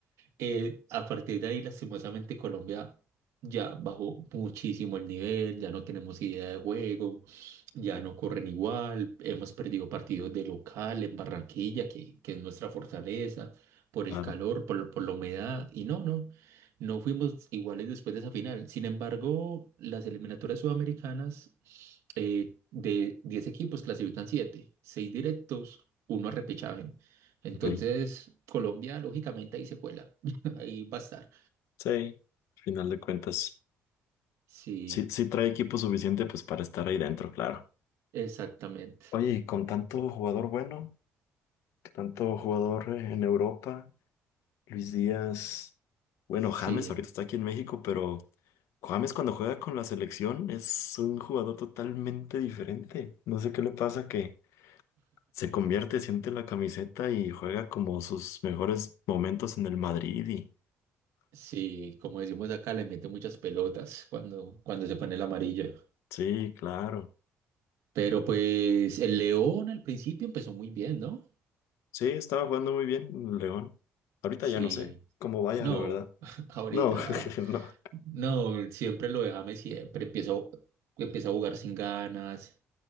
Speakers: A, on the right; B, on the left.
A: Eh, a partir de ahí, lastimosamente, Colombia ya bajó muchísimo el nivel, ya no tenemos idea de juego, ya no corren igual, hemos perdido partidos de local en Barranquilla, que, que es nuestra fortaleza, por
B: Claro,
A: el calor, por, lo- por la humedad, y no, no, no fuimos iguales después de esa final. Sin embargo, las eliminatorias sudamericanas, eh, de 10 equipos clasifican 7, 6 directos, uno a repechaje. Entonces,
B: ok.
A: Colombia lógicamente ahí se cuela. Ahí va a estar.
B: Sí, al final de cuentas.
A: Sí,
B: Sí, sí trae equipo suficiente pues para estar ahí dentro, claro.
A: exactamente.
B: Oye, y con tanto jugador bueno, tanto jugador eh, en Europa. Luis Díaz. Bueno,
A: Sí,
B: James ahorita está aquí en México, pero James cuando juega con la selección es un jugador totalmente diferente. No sé qué le pasa que se convierte, siente la camiseta y juega como sus mejores momentos en el Madrid y
A: sí, como decimos acá, le mete muchas pelotas cuando, cuando se pone el amarillo.
B: sí, claro.
A: Pero pues el León al principio empezó muy bien, ¿no?
B: Sí, estaba jugando muy bien en el León. Ahorita
A: Sí,
B: ya no sé cómo vaya,
A: no,
B: la verdad.
A: <laughs> ahorita,
B: No, <laughs> no.
A: no, siempre lo déjame, siempre empiezo, empieza a jugar sin ganas.